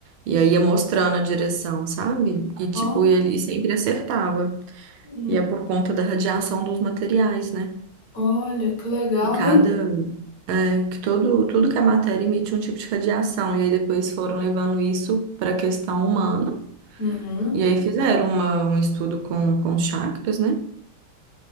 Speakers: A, on the right (about 75°); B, on the left (about 35°).
A: E aí ia mostrando a direção, sabe? E tipo,
B: Ó,
A: ele sempre acertava.
B: hum.
A: E é por conta da radiação dos materiais, né?
B: olha que legal,
A: E cada.
B: hein?
A: é que todo, tudo que é matéria emite um tipo de radiação. E aí depois foram levando isso para a questão humana.
B: Uhum.
A: E aí fizeram uma- um estudo com, com chakras, né?